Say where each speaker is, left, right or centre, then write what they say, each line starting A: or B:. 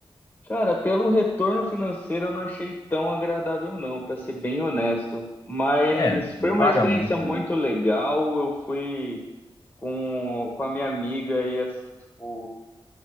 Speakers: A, on the left (about 25°); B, on the left (about 45°).
A: Cara, pelo retorno financeiro eu não achei tão agradável não, para ser bem honesto. Mas
B: É,
A: foi
B: não
A: uma
B: paga
A: experiência
B: muito
A: muito
B: bem.
A: legal. Eu fui com, com a minha amiga e assim, tipo,